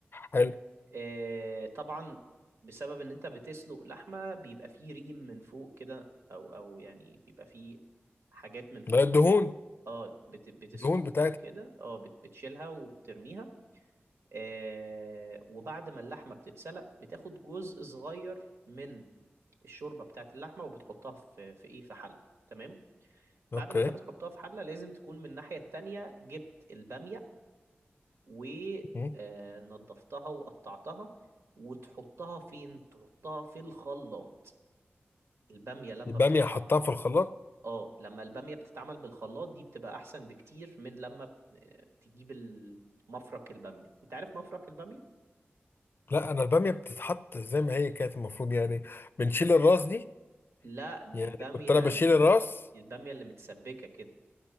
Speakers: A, on the left (about 55°); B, on the right (about 85°).
A: حلو
B: آه، طبعا بسبب ان انت بتسلق لحمة بيبقى فيه ريم من فوق كده او او يعني بيبقى فيه حاجات من فوق
A: لا الدهون
B: اه بت بتسكوبت
A: الدهون بتاعتها
B: كده اه بت بتشيلها وترميها آه وبعد ما اللحمة بتتسلق بتاخد جزء صغير من الشوربة بتاعت اللحمة وبتحطها في في ايه في حلة تمام
A: اوكي
B: بعد ما انت بتحطها في حلة لازم تكون من الناحية التانية جبت البامية ونضفتها
A: مم.
B: وقطعتها وتحطها فين تحطها في الخلاط البامية لما
A: الباميه
B: بتتحط
A: هحطها في الخلاط
B: اه لما البامية بتتعمل بالخلاط دي بتبقى احسن بكتير من لما آه، تجيب ال- مفرك البامية انت عارف مفرك البامية
A: لا انا الباميه بتتحط زي ما هي كانت المفروض يعني بنشيل الراس دي
B: لا دي
A: يعني
B: البامية
A: كنت انا بشيل
B: ال-
A: الراس
B: دي البامية اللي متسبكة كده